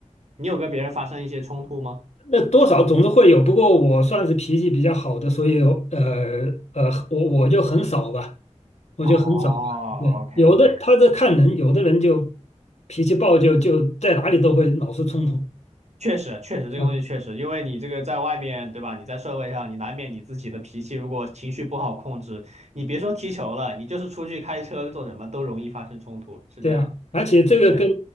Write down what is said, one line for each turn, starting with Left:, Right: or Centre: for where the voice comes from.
Right: 你有跟别人发生一些冲突吗？
Left: 那多少总是会有，不过我算是脾气比较好的，所以呃呃，我我就很少吧，我就很少吧。
Right: 哦，OK
Left: 对，有的他这看人，
Right: OK 的，
Left: 有的人就脾气暴就，就在哪里都会老是冲突。
Right: 确实确实这个东西确实，
Left: 嗯，
Right: 因为你这个在外面对吧？你在社会上，你难免你自己的脾气如果情绪不好控制，你别说踢球了，你就是出去开车做什么都容易发生冲突，是这样的。
Left: 对啊，而且这个跟
Right: 对